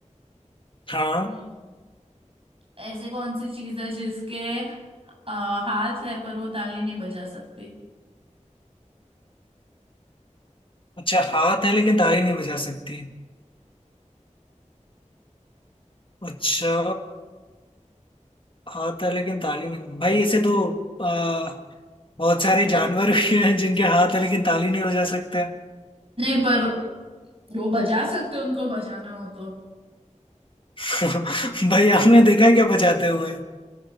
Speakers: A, on the left (about 40°); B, on the right (about 45°).
A: हाँ
B: हम्म ऐसे कौन सी चीज है जिसके आ, हाथ है पर वो ताली नहीं बजा सकती
A: अच्छा हाथ है लेकिन ताली नहीं बजा सकती अच्छा हाथ है लेकिन ताली नहीं भाई ऐसे तो आ, बहुत सारे जानवर भी हैं जिनके हाथ है लेकिन ताली नहीं बजा सकते
B: नहीं पर वो बजा सकते हैं, उनको बजाना हो तो
A: <laughs> भाई आपने देखा है क्या बजाते हुए